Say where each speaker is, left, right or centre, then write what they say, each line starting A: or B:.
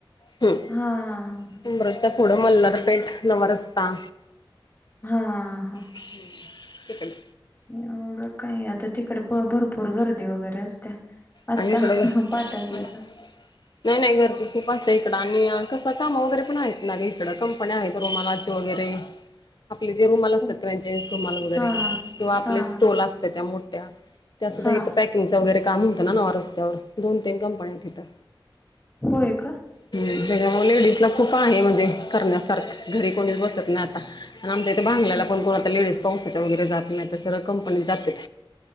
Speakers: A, on the left (about 55°); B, on the left (about 25°).
A: हम्म
B: हा हा हा ह.
A: उमरच्या पुढं मलारपेठ नवा रस्ता
B: हा हा हा हा.
A: हे कण.
B: एवढं काही आता तिकडे भरपूर गर्दी वगैरे असत्या. आता
A: आणि कड मग
B: पाटण साईडला
A: नाही नाही गरदी खूप असत इकडं आणि कसं काम वगैरे पण आहेत ना इकडं कंपनी आहेत रुमालाची वगैरे ह <inaudible> आपले जे रुमाल असतात
B: हो
A: क्रेचास रुमाल वगैरे
B: हां हां.
A: किंवा आपले
B: हां
A: स्टॉल
B: हां
A: असतात त्या मोठ्या त्यासुद्धा
B: हां
A: इथं पॅकिंगचं वगैरे काम होतं नाव रस्त्यावर दोन तीन कंपन्यात तिथं.
B: होय का.
A: हम् त्याच्यामुळे लेडीज ला खूप आहे म्हणजे करण्यासारख घरी कोणीच बसत नाही आता. आणि आमच्या इथे बांगल्याला
B: हो
A: पण कोणता लेडीज पांसाच्या वगैरे जात नाही तर सगळं कंपनी जाते.